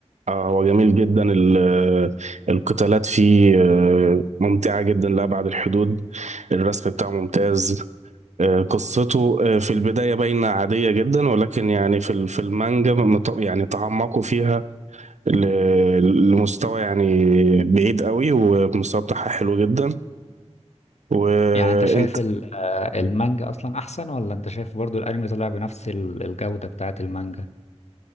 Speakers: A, on the right; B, on the left.
A: اه هو جميل جدا ال- القتالات فيه آه، ممتعة جدا لأبعد الحدود الرسم بتاعه ممتاز آه، قصته آه، في البداية باينة عادية جدا ولكن يعني في ال- في المانجا مت- يعني تعمقوا فيها ل- لمستوى يعني بعيد قوي والمستوى بتاعها حلو جدا وانت
B: يعني انت شايف ال- آه، المانجا اصلا احسن ولا انت شايف برضو الانمي طلع بنفس ال- الجوده بتاعه المانجا